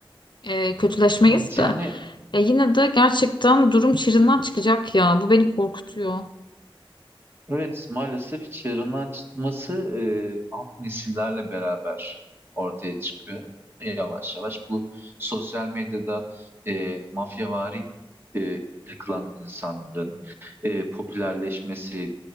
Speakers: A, on the left; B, on the right.
A: e, kötüleşmeyiz
B: Evet.
A: de.
B: Yani
A: Ya yine de gerçekten durum çığırından çıkacak ya. Bu beni korkutuyor.
B: evet maalesef çığırından çıkması e, alt nesillerle beraber ortaya çıkıyor. Yavaş yavaş bu sosyal medyada e, mafyavari e, takılan insanların e, popülerleşmesi,